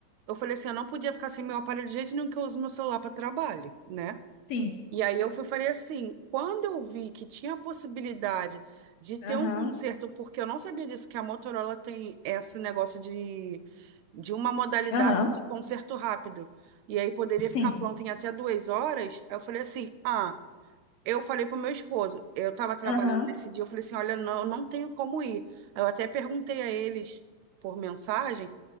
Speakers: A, on the right (about 80°); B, on the left (about 70°).
A: eu falei assim, eu não podia ficar sem meu aparelho de jeito nenhum que eu uso meu celular para trabalho, né?
B: sim.
A: E aí eu fui falei assim, quando eu vi que tinha a possibilidade de ter
B: Aham.
A: um conserto, porque eu não sabia disso, que a Motorola tem esse negócio de, de uma modalidade
B: Aham.
A: de conserto rápido. E aí poderia ficar
B: Sim.
A: pronto em até duas horas. Eu falei assim, ah, eu falei pro meu esposo, eu estava trabalhando
B: Aham.
A: nesse dia, eu falei assim, olha, não, eu não tenho como ir. Eu até perguntei a eles por mensagem,